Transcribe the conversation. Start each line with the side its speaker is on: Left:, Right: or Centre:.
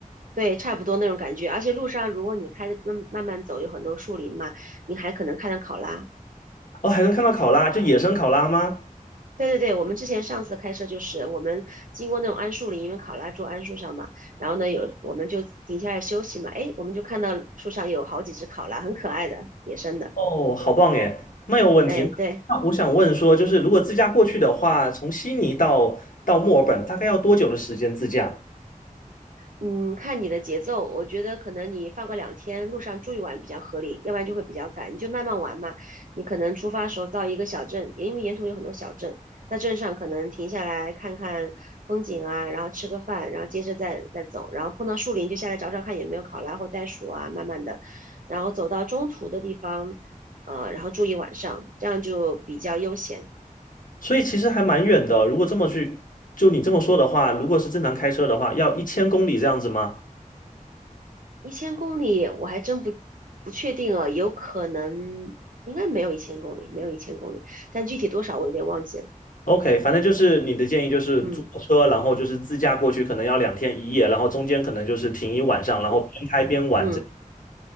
Right: 对，差不多那种感觉。而且路上如果你开着慢慢慢走，有很多树林嘛，你还可能看到考拉。
Left: 哦，还能看到考拉，就野生考拉吗？
Right: 对对对，我们之前上次开车就是我们经过那种桉树林，因为考拉住桉树上嘛，然后呢有我们就停下来休息嘛，哎，我们就看到树上有好几只考拉，很可爱的野生的，
Left: 哦，好棒耶，没有问题。
Right: 哎，
Left: 那那我想问说，
Right: 对。
Left: 就是如果自驾过去的话，从悉尼到到墨尔本大概要多久的时间自驾？
Right: 嗯，看你的节奏，我觉得可能你放个两天，路上住一晚比较合理，要不然就会比较赶。你就慢慢玩嘛，你可能出发的时候到一个小镇，因为沿途有很多小镇，在镇上可能停下来看看风景啊，然后吃个饭，然后接着再再走，然后碰到树林就下来找找看有没有考拉或袋鼠啊，慢慢的，然后走到中途的地方，呃，然后住一晚上，这样就比较悠闲。
Left: 所以其实还蛮远的。如果这么去，就你这么说的话，如果是正常开车的话，要一千公里这样子吗
Right: 一千公里我还真不不确定啊，有可能应该没有一千公里，没有一千公里，但具体多少我有点忘记了。
Left: ？OK，反正就是你的建议就是租车，
Right: 嗯
Left: 然后就是自驾过去，可能要两天一夜，然后中间可能就是停一晚上，然后边开边玩这样。
Right: 嗯嗯，